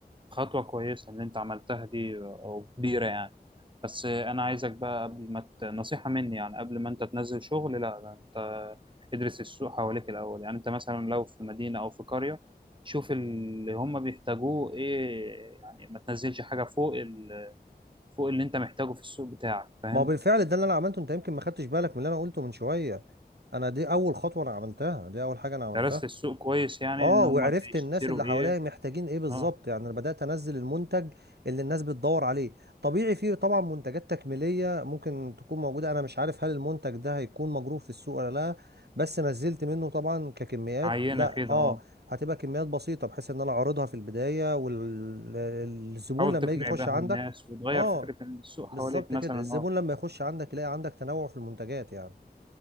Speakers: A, on the right (about 30°); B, on the right (about 80°).
A: خطوة كويسة اللي انت عملتها دي او كبيرة يعني بس انا عايزك بقى قبل ما ت... نصيحة مني يعني قبل ما انت تنزل شغل لا ده انت ادرس السوق حواليك الاول يعني انت مثلا لو في مدينة او في قرية شوف اللي هم بيحتاجوه ايه يعني ما تنزلش حاجة فوق ال... فوق اللي انت محتاجه في السوق بتاعك فاهم
B: ما هو بالفعل ده اللي انا عملته انت يمكن ما خدتش بالك من اللي انا قلته من شويه انا دي اول خطوه انا عملتها دي اول حاجه انا عملتها
A: درست السوق كويس يعني
B: اه
A: ان هم
B: وعرفت
A: بيشتروا
B: الناس اللي حواليا
A: ايه
B: محتاجين ايه بالظبط
A: اه
B: يعني انا بدات انزل المنتج اللي الناس بتدور عليه طبيعي فيه طبعا منتجات تكميليه ممكن تكون موجوده انا مش عارف هل المنتج ده هيكون مجروف في السوق ولا لا بس نزلت منه طبعا ككميات
A: عينة
B: لا
A: كده
B: اه
A: اه
B: هتبقى كميات بسيطه بحيث ان انا اعرضها في البدايه والزبون
A: حاول
B: لما
A: تقنع
B: يجي يخش
A: بيها
B: عندك
A: الناس وتغير
B: اه
A: فكرة السوق
B: بالظبط
A: حواليك مثلا
B: كده الزبون
A: اه
B: لما يخش عندك يلاقي عندك تنوع في المنتجات يعني